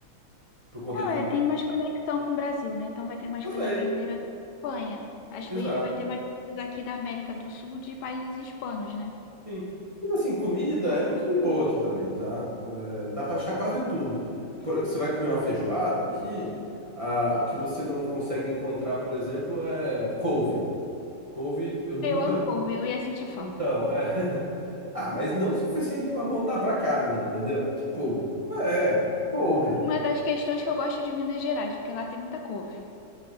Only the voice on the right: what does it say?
por conta
de.
Também.
Exato.
Sim. Mas assim, comida é muito de boa aqui também, tá? É, dá pra achar quase tudo. Por- você vai comer uma feijoada aqui, ah, o que você não consegue encontrar, por exemplo, é couve. Couve eu nunca.
Então, é. <laughs> Ah, mas não o suficiente pra voltar pra casa, entendeu? Tipo, é, couve.